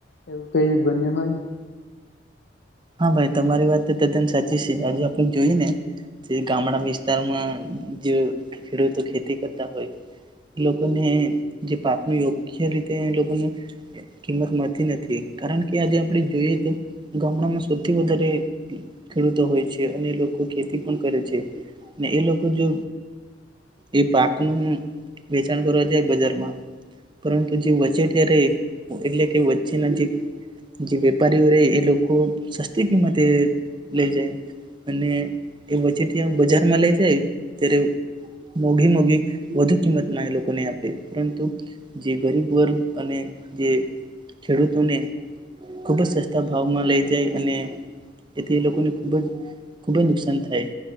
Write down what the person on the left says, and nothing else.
એવું કઈ બન્યું હોય?